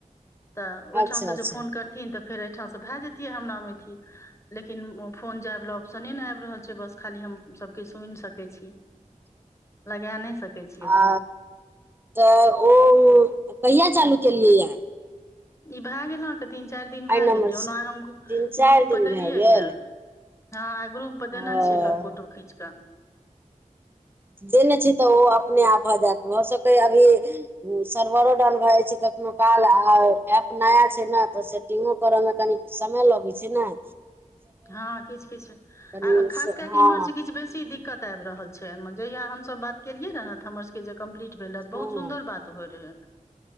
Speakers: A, on the left; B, on the right.
A: तऽ ओहिठाम
B: अच्छा
A: से
B: अच्छा
A: जो फोन कर। न तऽ फेर एहिठामसँ भए जैतियै हमरा मे अथी। लेकिन फोन जाय वाला ऑप्शने नय आबि रहल छै बस खाली हम सबके सुनि सकै छी।
B: <inaudible>
A: लगा नहि सकै छी एखन
B: आ तऽ ओ कहिया चालू केलियै य।
A: ई भए गेल अके तीन चारि दिन
B: एहि
A: भए
B: नम्बरसँ
A: गेल यए ओना हम
B: तीन चारि
A: ग्रुपपर
B: दिन
A: देलियै
B: भए गेल
A: यए। हँ आय ग्रुप पर
B: हँ
A: देने छीयै एकर फोटो खींच कऽ।
B: देने छी तऽ ओ अपने आप भऽ जायत भऽ सकै अभी। सर्वरो डाउन भए जाइ छै कखनो काल आ एप नया छै ने तऽ से। इको करऽ मऽ कनी समय लगै छै नऽ
A: हँ किछ किछ
B: कनि
A: आ खास
B: से
A: कए कऽ
B: हँ
A: इम्हर से किछ बेसी दिक्क। दिक्कत आबि रहल छै एहिमे जहिया हमसब बात केलियै रह नऽ तऽ हमर। के जे कम्प्लीट भेलै
B: हँ
A: बहुत सुन्दर बात होय रहै